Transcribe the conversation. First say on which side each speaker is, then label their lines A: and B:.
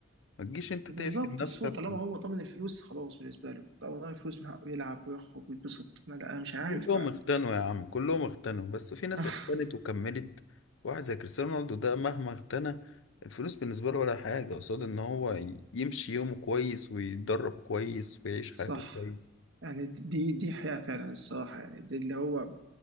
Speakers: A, on the left; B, on the right.
A: ما تجيش أنت
B: بالظبط
A: تقفل نفسك
B: الصوت طالما هو طمن الفلوس خلاص بالنسبه له طالما الفلوس من حقه يلعب ويخرج ويتبسط ما لا أنا مش عارف
A: كلهم
B: بقى
A: اغتنوا يا عم كلهم اغتنوا بس في ناس
B: <laughs>
A: اغتنت وكملت واحد زي كريستيانو رونالدو ده مهما اغتنى الفلوس بالنسبة له ولا حاجة قصاد ان هو ي- يمشي يومه كويس ويتدرب كويس ويعيش
B: صح
A: حياته كويس
B: يعني دي دي حياة فعلا الصراحة يعني دي اللي هو